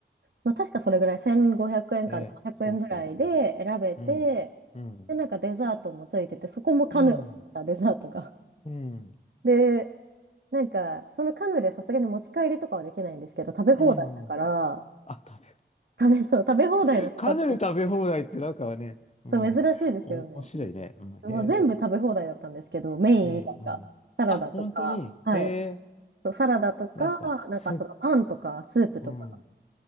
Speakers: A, on the right (about 65°); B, on the left (about 35°).
A: まあ、確かそれぐらい、1500円か700円ぐらいで選べて、
B: ん。ね。そうそうそう。うん。うん。
A: で、なんかデザートもついてて、そこもカヌレでした、
B: うん。
A: デザートが。
B: うん。
A: で、なんか、そのカヌレさすがに持ち帰りとかはできないんですけど、食べ放題だから、
B: うん。あ、食
A: 食べ、そう、食べ放題のところです。
B: べ、<laughs> かなり食べ放題ってなんかね、うん。
A: そう珍しいですよね。
B: 面白いね。うん、へえ。
A: もう全部食べ放題だったんですけど、メイン以外が、
B: ねえ、うん。
A: サラダとか、
B: あ、本当にへえ、
A: はい。そうサラダとか、
B: なんか、
A: なんかそのパンとか、
B: す、
A: スープとか
B: うん。